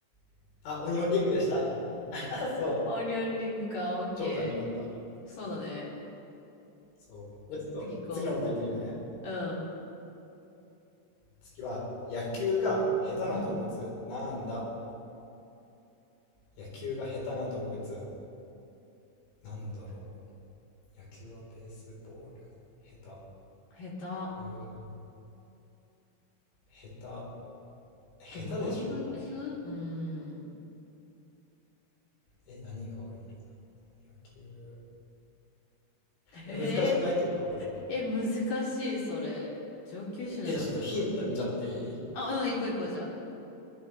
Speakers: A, on the left (about 80°); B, on the left (about 55°).
A: <laughs> あ、鬼オンリングでした。<laughs> そう。
B: オリオンリングか、オッケー。
A: 超単純だった。
B: そうだね。
A: そう。じゃあちょっと次の問題いってみるね。
B: 次行こう。うん。
A: 次は、野球が下手な動物なんだ
B: うん。
A: 野球が下手な動物。なんだろう。野球はベースボール。下
B: 下手。
A: 手。うーん。下手。下手でしょ
B: 動物うん。
A: え、何がいるだろう。野球。
B: <laughs> え
A: え、難しくない結構これ。
B: ー、え、難しい、それ。上級者じゃない。
A: え、じゃあちょっとヒント見ちゃっていい
B: あ、うん、行こう行こう、じゃあ。